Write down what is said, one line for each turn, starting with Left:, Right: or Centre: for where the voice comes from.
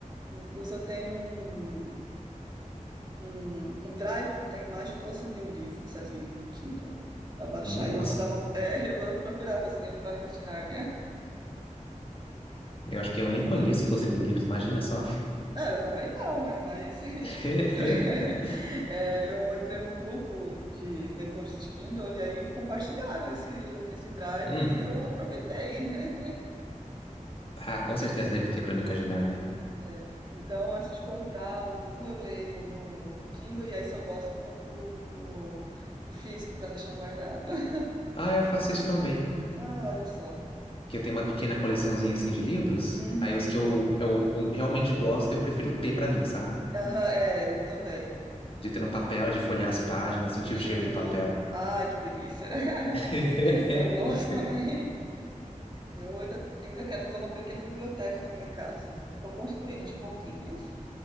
Right: incluso eu tenho um, um, um drive que tem mais de doze mil livros ali do Kindle para baixar.
Left: Minha nossa.
Right: E eu vou dar uma, <laughs> é, eu vou procurar ver se tem o Crônicas de Nárnia.
Left: Eu acho que eu nem conheço Los Livros, imagina só.
Right: Não, eu também não, né? Mas <laughs>
Left: <laughs>
Right: o que eu, <laughs> é, eu entrei num grupo de leitores de Kindle e aí compartilharam esse, esse drive
Left: Hum.
Right: e eu aproveitei, né?
Left: Ah, com certeza deve ter Crônicas de Nárnia.
Right: É, é, então, antes de comprar algum, eu leio no, no Kindle e aí, se eu gosto, eu compro o, o físico para deixar guardado. <laughs>
Left: Ah, eu faço isso também.
Right: Ah, olha só.
Left: Que eu tenho uma pequena coleçãozinha assim de livros.
Right: Uhum.
Left: Aí os que eu, eu, eu realmente gosto, eu prefiro ter pra mim, sabe?
Right: Aham, é, eu também.
Left: De
Right: né?
Left: ter no papel, de folhear as páginas, sentir
Right: Sim.
Left: o cheiro do papel.
Right: Ai, que delícia. <laughs>
Left: <laughs>
Right: Eu gosto também. Eu ainda, ainda quero ter uma pequena biblioteca na minha casa. Estou construindo de pouquinhos.